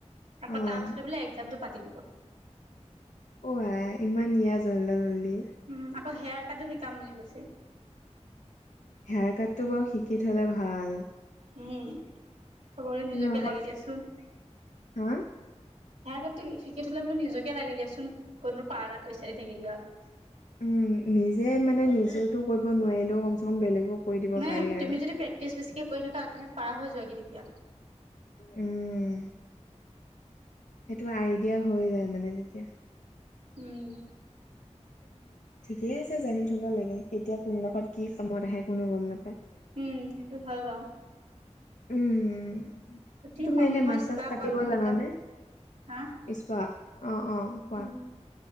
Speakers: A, on the right; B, on the left.
A: আকৌ
B: অ',
A: তাৰপাছতে বোলে একজামটো পাটি দিব
B: অ আই ইমান ইয়া জল্ডা জল্দি
A: উম আকৌ হেয়াৰ কাটো শিকাম বুলি কৈছে
B: হেয়াৰ কাটটো বাৰু শিকি থলে ভাল
A: উম চবৰে
B: কিন্তু
A: নিজকে
B: আকৌ
A: লাগে দিয়াচোন
B: হা?
A: হেয়াৰ কাতটো শিকি থ'লে বোলো নিজকে লাগে দিয়াচোন কতনো পাৰ্লাৰত বিচাৰি দি থাকেগে আৰু
B: উম নিজে মানে নিজেওটো কৰিব নোৱাৰি ন কম চে কম বেলেগক কৰি দিব
A: ন
B: পাৰি আৰু।
A: তুমি যদি প্ৰেক্টিচ বেছিকে কৰি থাকা তুমি পাৰা হৈ যোৱাগে তেতিয়া
B: উম সেইটো আইডিয়া হৈয় যায় মানে তেতিয়া
A: উম
B: <inaudible> ঠিকে আছে জানি থ'ব লাগে কেতিয়া কোন দহত কি কামত আহে কোনো গম নাপায়
A: উম সেইটো হয় বাৰু
B: উম
A: যদি
B: তুমি
A: সমূহৰ
B: এনে মাছ
A: স্পা
B: চাছ কাতিব
A: কৰা কথা
B: জানানে
A: শিকাব। হা
B: স্পা অঁ অ কোৱা
A: উম